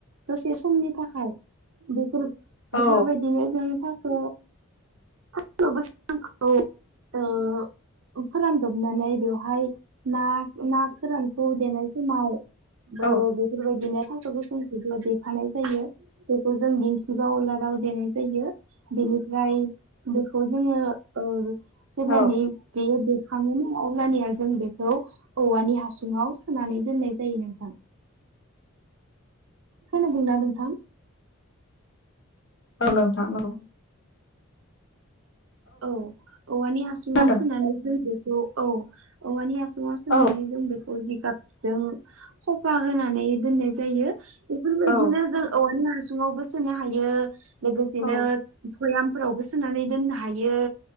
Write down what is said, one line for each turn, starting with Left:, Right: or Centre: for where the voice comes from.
Right: दसे समनि थाखाय बेफोर बेफोरबायदिनो
Left: औ
Right: जों थास' <unintelligible> ओ फोरानदबनानै बेवहाय ना ना फोरानखौ देनाय समाव
Left: औ
Right: ओ बेफोरबायदिनो थास' गोसोमखौबो देफानाय जायो। बेखौ जों दिंखि बा अलाराव देनाय जायो। बेनिफ्राय बेखौ जोङो ओ जेब्लानि
Left: औ
Right: बेयो देखाङो न अब्लानिया जों बेखौ औवानि हासुङाव सोनानै दोननाय जा जायो नोंथां। खोनादोंना नोंथां?
Left: औ नोंथां औ।
Right: औ औवानि हासुङाव
Left: खोनादों
Right: सोनानै जों बेखौ औ औवानि हास सुङाव सोनानै
Left: औ
Right: जों बेखौ जिगाबजों खफा होनानै दोननाय जायो। बेफोरबायदिनो
Left: औ
Right: जों औवानि हासुङावबो सोनो हायो लोगोसेनो
Left: औ
Right: भयामफोरावबो सोनानै दोननो हायो।